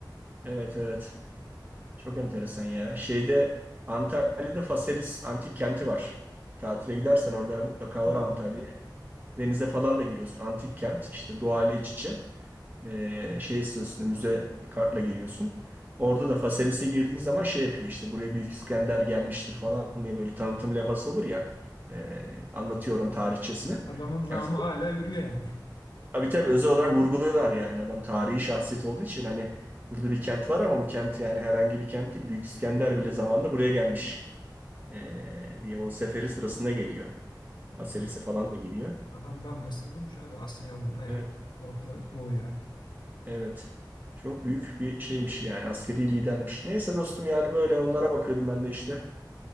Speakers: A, on the right; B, on the left.
A: Evet. Evet. Çok enteresan ya. Şeyde Antalya'da Faselis antik kenti var. Tatile gidersen orada mutlaka
B: Evet.
A: uğra Antalya'ya. Denize falan da giriyorsun. Antik kent işte doğayla iç içe. Ee, şey istiyorsun müze kartla giriyorsun. Orada da Faselis'e girdiğin zaman şey yapıyor işte buraya Büyük İskender gelmiştir falan diye böyle tanıtım lafası olur ya. Ee, anlatıyor oranın tarihçesini.
B: Adamın
A: Yani
B: namı hala yürüyor yani.
A: Tabii tabii özel olarak vurguluyorlar yani adam tarihi şahsiyet olduğu için hani burada bir kent var ama bu kent yani herhangi bir kent değil. Büyük İskender bile zamanında buraya gelmiş ee, diye o seferi sırasında geliyor.
B: Ee,
A: Baselis'e falan da geliyor.
B: Adam damgasını vurmuş abi Asya'ya, Avrupa'ya,
A: Evet,
B: Orta Doğu'ya.
A: evet. Çok büyük bir şeymiş yani askeri lidermiş. Neyse dostum yani böyle onlara bakıyordum ben de işte.